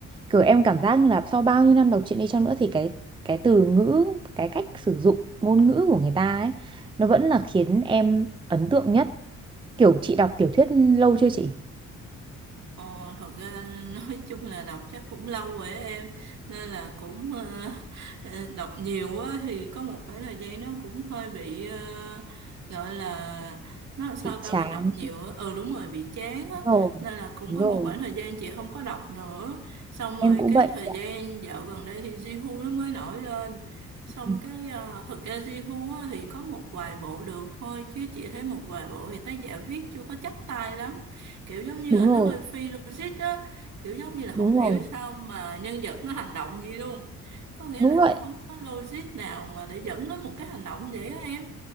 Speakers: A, on the right (about 15°); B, on the right (about 60°).
A: Kiểu em cảm giác như là sau bao nhiêu năm đọc truyện đi chăng nữa thì cái cái từ ngữ, cái cách sử dụng ngôn ngữ của người ta ấy nó vẫn là khiến em ấn tượng nhất. Kiểu chị đọc tiểu thuyết lâu chưa chị?
B: Ờ, thật ra nói chung là đọc chắc cũng lâu rồi á em nên là cũng ờ, ờ, đọc nhiều quá thì có một khoảng thời gian nó cũng hơi bị ờ, gọi là nó làm sao
A: Bị
B: ta
A: chán
B: mình đọc nhiều á ừ đúng rồi bị chán á
A: Đúng rồi.
B: nên là cũng
A: Đúng
B: có
A: rồi,
B: một khoảng thời gian chị không có đọc nữa xong rồi
A: em cũng
B: cái
A: vậy
B: thời
A: chị
B: gian
A: ạ.
B: dạo gần đây thì Jihu nó mới nổi lên xong
A: Ừ,
B: cái ờ, thực ra Jihu á, thì có một vài bộ được thôi chứ chị thấy một vài bộ thì tác giả viết chưa có chắc tay lắm kiểu giống như
A: Đúng
B: là
A: rồi,
B: nó hơi phi logic á kiểu giống như là
A: đúng
B: không hiểu
A: rồi.
B: sao mà nhân vật nó hành động gì luôn có nghĩa
A: Đúng
B: là
A: vậy,
B: nó không có logic nào mà để dẫn đến một cái hành động vậy á em